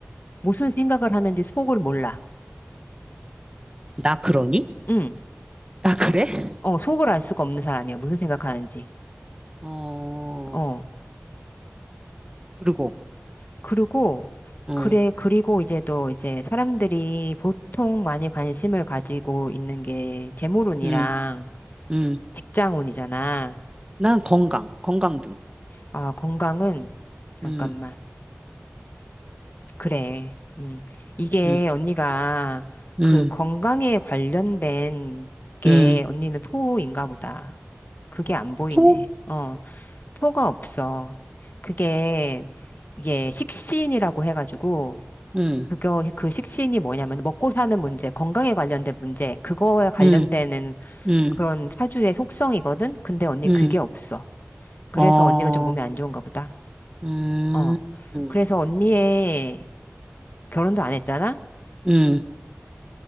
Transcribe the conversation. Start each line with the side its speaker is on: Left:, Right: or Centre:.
Left: 무슨 생각을 하는지 속을 몰라.
Right: 나 그러니?
Left: 응.
Right: 나 그래? <laughs>
Left: 어, 속을 알 수가 없는 사람이야. 무슨 생각하는지.
Right: 어,
Left: 어.
Right: 그리고,
Left: 그리고,
Right: 어,
Left: 그래, 그리고 이제 또 이제 사람들이 보통 많이 관심을 가지고 있는 게 재물운이랑
Right: 음, 음.
Left: 직장운이잖아.
Right: 난 건강, 건강도.
Left: 아, 건강은, 잠깐만.
Right: 음,
Left: 그래. 음. 이게
Right: 음,
Left: 언니가
Right: 음,
Left: 그 건강에 관련된 게
Right: 음.
Left: 언니는 토인가 보다. 그게 안 보이네.
Right: 또?
Left: 어, 토가 없어. 그게, 이게 식신이라고 해가지고,
Right: 음,
Left: 그거, 그 식신이 뭐냐면 먹고 사는 문제, 건강에 관련된 문제, 그거에 관련되는
Right: 음, 음,
Left: 그런 사주의 속성이거든? 근데 언니
Right: 음.
Left: 그게 없어. 그래서
Right: 어,
Left: 언니가 좀 몸이 안 좋은가 보다.
Right: 음,
Left: 어. 그래서 언니의 결혼도 안 했잖아?
Right: 음.